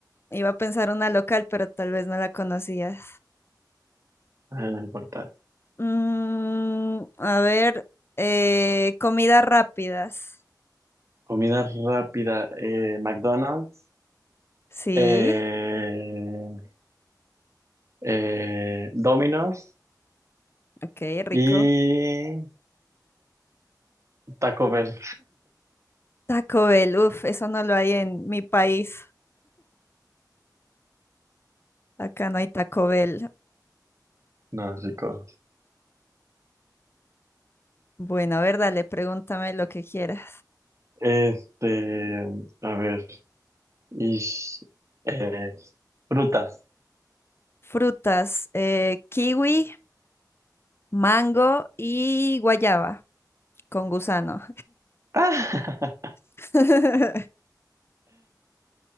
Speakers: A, on the left; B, on the right.
A: Iba a pensar una local, pero tal vez no la conocías.
B: Ah, no importa.
A: Mm, a ver, eh, comidas rápidas.
B: Comida rápida. eh, McDonald's.
A: Sí,
B: eh, eh, Domino's.
A: ok, rico.
B: Y Taco Bell.
A: Taco Bell, uff, eso no lo hay en mi país. Acá no hay Taco Bell.
B: No, rico.
A: Bueno, a ver, dale, pregúntame lo que quieras.
B: Este, a ver. Y eh, frutas.
A: Frutas, eh, kiwi, mango y guayaba con gusano.
B: <laughs>
A: <laughs>